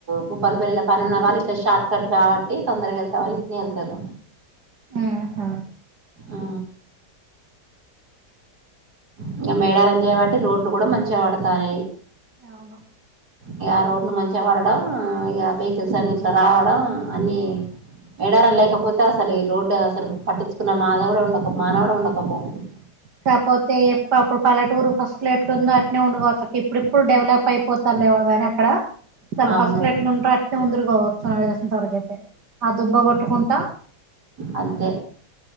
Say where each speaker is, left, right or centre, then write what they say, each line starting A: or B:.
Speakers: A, on the right; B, on the right.
A: భూపాలపల్లి పని ఉన్న వాళ్ళు ఇట్లా షార్ట్ కట్ కాబట్టి తొందరగా కొంతమంది ఇట్లనే వెళ్తారు
B: ఆహా
A: అ ఇంకా మేడారం చేయబట్టి రోడ్లు కూడా మంచిగా పడతన్నే
B: అవును
A: ఇక రోడ్లు మంచిగా పడడం ఇక వెహికల్స్ అన్ని ఇట్లా రావడం అన్ని వేడారం లేకపోతే అసలు ఈ రోడ్డు అసలు పట్టించుకున్న మా దేవుడు కూడా ఉండకు మానవు కూడా ఉండకు పోవు సమయం
B: కాకపోతే అప్పుడు పల్లెటూరు ఫస్ట్ లో ఎట్లా ఉందో ఎట్లా ఉండిపోతా ఇప్పుడు ఇప్పుడు డెవలప్ అయిపోతుంది లేవో కాని అక్కడ అసలు
A: అవును
B: ఫస్ట్ లో ఎట్లు ఉంటో ముందరు కావచ్చు అదిసినంత వరకు అయితే ఆ దుబ్బ కొట్టుకుంటా
A: ఆదే